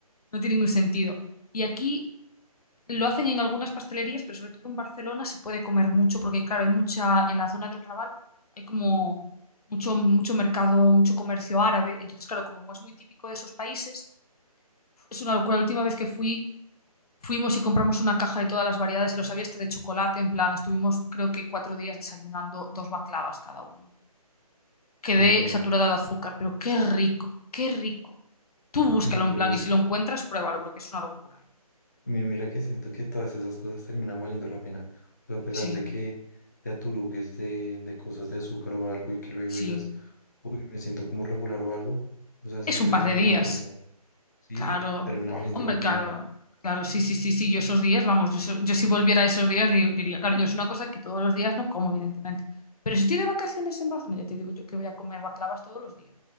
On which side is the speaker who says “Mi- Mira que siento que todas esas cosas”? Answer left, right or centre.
Left